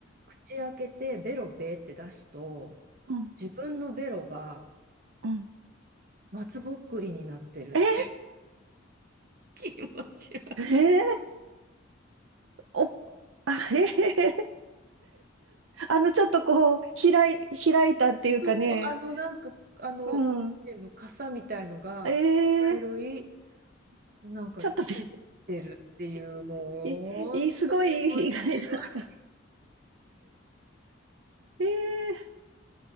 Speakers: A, on the right; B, on the right.
A: 口開けてベロベーって出すと、
B: うん
A: 自分のベロが
B: うん
A: 松ぼっくりになってるって。
B: え
A: <laughs> 気持ち悪い。
B: えおあええあのちょっとこう開い開いたっていうかね
A: そう、あの、なんか、あの、
B: うん
A: なんていうの、傘みたいのが、
B: ええ
A: 茶色い、なんかついてるっていう、
B: ちょっとび
A: もう、
B: い、い、
A: ほんと気持ち
B: すごい意外だった。
A: 悪
B: ええ